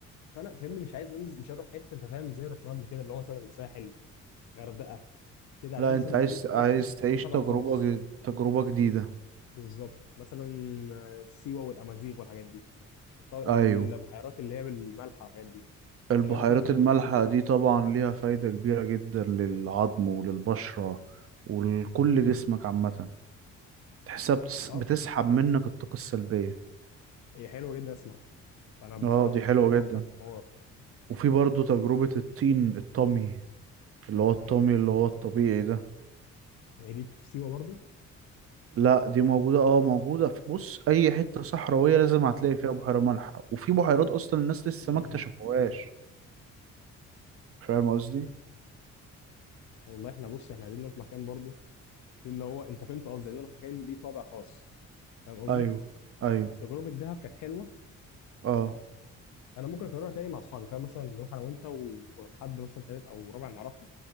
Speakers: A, on the left; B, on the right.
A: فانا فاهمني مش عايز انزل مش هروح حته انت فاهم زي رحنا قبل كده اللي هو مثلا ساحل غردقه كده عايزين
B: لا
A: مثلا
B: أنت عايز
A: نشوف حته
B: عايز تعيش
A: فيها طابع
B: تجربة
A: خاص
B: جد- تجربة جديدة
A: بالظبط مثلا آه، سيوه والامازيغ والحاجات دي الط- والبحيرات
B: أيوه
A: اللي هي بالملح والحاجات دي
B: البحيرات
A: تعجبك مثلا
B: المالحة دي طبعا ليها فايدة كبيرة جدا للعظم وللبشرة ولكل
A: م- م.
B: جسمك عامة تحسها بتس-
A: اه
B: بتسحب منك الطاقة السلبية
A: هي حلوه جدا اسمع فانا بصراحه
B: اه دي حلوة
A: كنت بفكر
B: جدا
A: في الحوار
B: وفي برضو تجربة الطين الطمي اللي هو الطمي اللي هو الطبيعي ده
A: يعني دي في سيوه برضو
B: لا دي موجودة اه موجودة في بص أي حتة صحراوية لازم هتلاقي فيها بحيرة مالحة وفي بحيرات أصلا الناس لسه
A: م-
B: ما اكتشفوهاش
A: م.
B: فاهم قصدي؟
A: والله احنا بص احنا عايزين نروح مكان برضو في اللي هو انت فهمت قصدي لان انا مكان ليه طابع خاص فاهم قصدي
B: أيوه أيوه
A: تجربه دهب كانت حلوه
B: اه
A: انا ممكن اكررها تاني مع اصحابي فاهم مثلا نروح انا وانت وحد مثلا تالت او رابع نعرفه